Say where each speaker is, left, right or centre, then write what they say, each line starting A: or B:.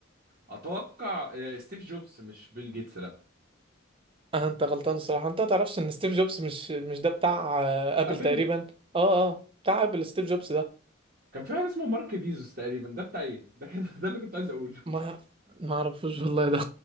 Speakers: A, on the right; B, on the right.
A: اتوقع آه، ستيف جوبز مش بيل جيتس لا
B: آه انت غلطان الصراحة انت تعرفش ان ستيف جوبز مش مش ده بتاع آه، ابل
A: ابل
B: تقريبا اه اه بتاع ابل ستيف جوبز ده
A: كان في واحد اسمه مارك بيزوس تقريبا ده بتاع ايه ده كان <laughs> ده اللي كنت عايز اقوله
B: ما ما اعرفوش والله ده